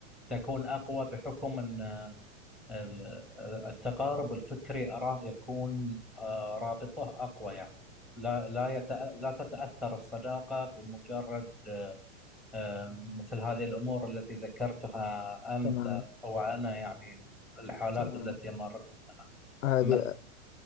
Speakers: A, in the centre; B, on the left.
A: تكون أقوى بحكم أن ال- التقارب الفكري أراه يكون آه، رابطه أقوى يعني لا لا يتأ... لا تتأثر الصداقة بمجرد آه، مثل هذه الأمور التي ذكرتها أنت
B: تماما
A: أو أنا يعني الحالات
B: تماما
A: التي مرت
B: هذه
A: مثل